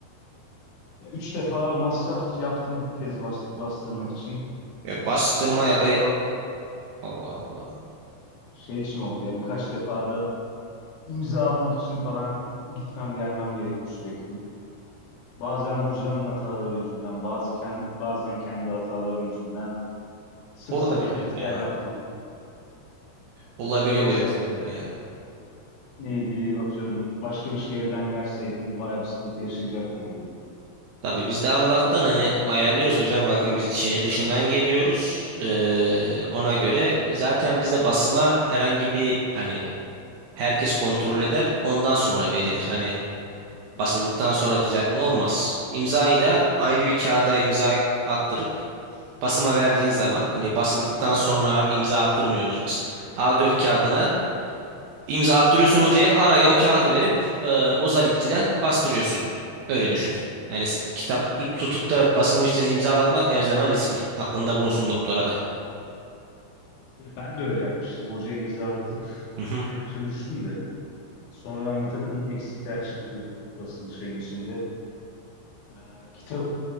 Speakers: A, on the left; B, on the right.
A: Ya üç defa masraf yaptım tez bas- bastırmak için.
B: E, bastırma
A: Birkaç
B: yakayı...
A: defa da
B: Allah Allah.
A: şey için oldu ya, birkaç defa da imza almak için falan gitmem gelmem gerekti sürekli. Bazen hocanın hataları yüzünden, bazı ken- bazen kendi hatalarım yüzünden sık
B: Olabiliyor
A: sık git
B: ya.
A: gel yaptım.
B: Olabiliyor
A: Yani şey olsaydı
B: öyle şeyler ya.
A: neydi atıyorum başka bir şehirden gelseydim bayağı bir sıkıntı yaşayacaktım o durumda.
B: Tabii biz de Allah'tan hani ayarlıyoruz hocam bakın biz şehir dışından geliyoruz. Ee, ona göre zaten bizde basıma herhangi bir hani herkes kontrol eder. Ondan sonra verilir. Hani
A: Hmm.
B: basıldıktan sonra düzeltme olmaz. İmzayı da ayrı bir kağıda imza attırıp Basıma verdiğin zaman hani basıldıktan sonra imza attırmıyoruz biz. A4 kağıdına imza attırıyorsun hocaya araya o kağıdı verip e, Ozalitçi'den bastırıyorsun. Öyle düşün. Yani s- kitap tutup da basılmış tezi imzalatmak her zaman riskli. Aklında bulunsun doktora da.
A: Ya ben de öyle yapmıştım. Hocaya imzalatıp
B: Hı hı.
A: öyle götürmüştüm de. Sonradan bir takım eksikler çıktı basılı şeyin içinde. Ee, kitap